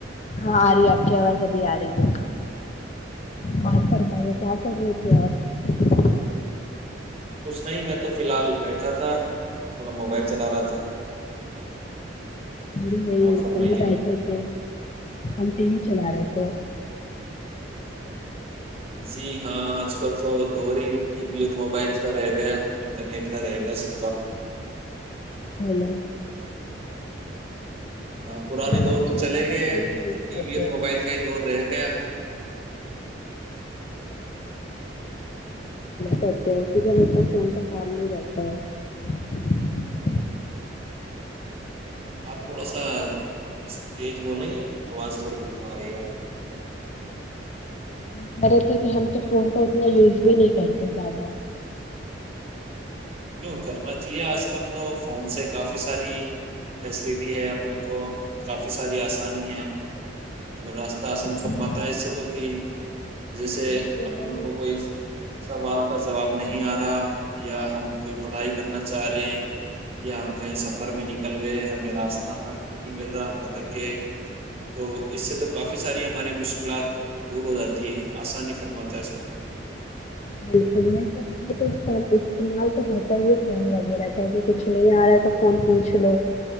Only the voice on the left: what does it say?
ہاں آ رہی آپ کی آواز ابھی آ رہی ہے اورار کر <unintelligible> بھائییا کیا کر رہے تھے آپ
ہم بھی یہی
ہم
بھی بیٹھے تھے ہم ٹی وی چلا رہے تھے ہیں <unintelligible>
ہیلو
ہم
اتنا
زیادہ
فون نہیں
یوز
کرتے
کرتے ہے کیونک انا فون کا کام نہیں رہتا ہے <unintelligible>
کہہ رہے تھے کہ ہم تو فون کا اتنا یوز بھی نہیں کرتے زیادہ
جی
وہ تو
ہے ہی
بالکل یہ سب تو استعمال تو ہوتا ہی ہے فون وغیرہ کا کچھ نہیں آ رہا ہے تو فون پوچھ لو